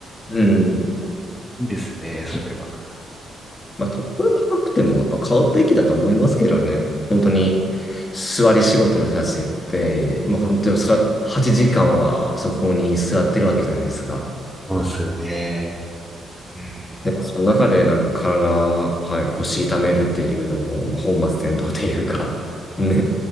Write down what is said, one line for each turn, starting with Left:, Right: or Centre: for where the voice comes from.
Left: <laughs> うん。
Centre: いいですね、それは。
Left: まあ、ところ高くても、やっぱ買うべきだと思いますけどね。本当に、座り仕事の人たちって、まあ、本当にそら8時間はそこに座ってるわけじゃないですか。
Centre: そうですよね。うん。
Left: でも、その中でなんか体、はい、腰痛めるっていうのも、まあ、本末転倒っていうか、<laughs> ね